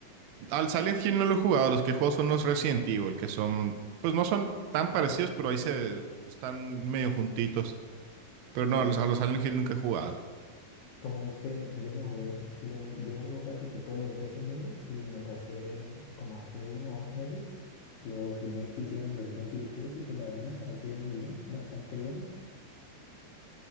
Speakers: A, on the right (about 85°); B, on the left (about 80°).
A: Al Silent Hill no lo he jugado, los que juego son los Resident Evil, que son, pues no son tan parecidos, pero ahí se están medio juntitos. Pero
B: Sí.
A: no, a los, a los Silent Hill nunca he jugado.
B: Como viste, yo me jugué, lo, yo he jugado casi que todos los Resident Evil y me pasé como hace uno o dos meses los remakes que hicieron del 2 y del 3 y pues la verdad me parecieron bien, bastante buenos.